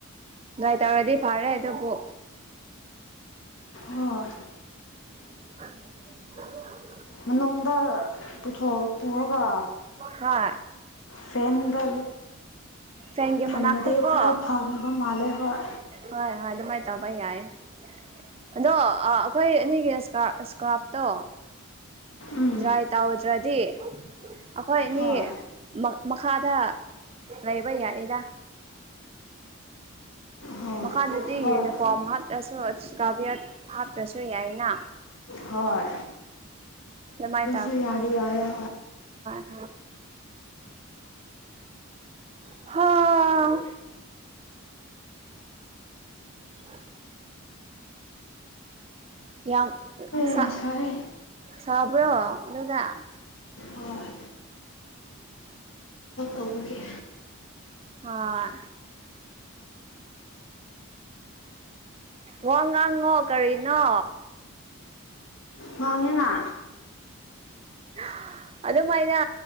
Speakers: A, on the right; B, on the left.
A: ꯥꯏ ꯇꯧꯔꯗꯤ ꯐꯔꯦ ꯑꯗꯨꯕꯨ
B: ꯍꯣꯏ
A: <inaudible>
B: ꯃꯅꯨꯡꯗ ꯄꯨꯊꯣꯛ ꯄꯨꯔꯒ
A: ꯍꯥ
B: ꯐꯦꯟꯗ
A: ꯐꯦꯟꯒꯤ
B: ꯊꯝꯃꯗꯤ
A: ꯃꯅꯥꯛꯇ ꯀꯣ
B: ꯈꯔ ꯐꯅꯕ ꯃꯥꯜꯂꯦ ꯍꯣꯏ
A: ꯍꯣꯏ ꯍꯣꯏ ꯑꯗꯨꯃꯥꯏꯅ ꯇꯧꯕ ꯌꯥꯏꯌꯦꯦ ꯑꯗꯣ ꯑꯩꯈꯣꯏ ꯑꯅꯤꯒꯤ ꯏꯁꯀꯥꯞꯇꯣ
B: ꯎꯝ
A: ꯗ꯭ꯔꯥꯏ ꯇꯧꯗ꯭ꯔꯗꯤ ꯑꯩꯈꯣꯏꯅꯤ
B: ꯍꯣꯏ
A: ꯃꯈꯥꯗ ꯂꯩꯕ ꯌꯥꯏꯔ
B: ꯍꯣꯏ
A: ꯃꯈꯥꯗꯗꯤ
B: ꯍꯣꯏ
A: ꯌꯨꯅꯤꯐꯣꯔꯝ ꯍꯥꯞꯂꯁꯨ ꯏꯁꯀꯥꯕꯤꯌꯠ ꯍꯥꯞꯇ꯭ꯔꯁꯨ ꯌꯥꯏꯅ
B: ꯍꯣꯏ
A: ꯃꯥꯏ
B: ꯊ ꯌꯥꯔꯤ ꯌꯥꯌꯥ
A: ꯑ ꯍꯥꯎ ꯑ ꯌꯥꯝ ꯁꯥ
B: ꯑꯦꯁꯣꯏ
A: ꯁꯥꯕ꯭ꯔꯣ ꯑꯗꯨꯗꯥ
B: ꯍꯣꯏ ꯇꯧꯕꯒꯦ
A: ꯑ ꯋꯥ ꯉꯥꯡꯉꯣ ꯀꯔꯤꯅꯣ
B: ꯋꯥꯥꯡꯉꯦꯅ
A: <inaudible> ꯑꯗꯨꯝꯥꯏꯅ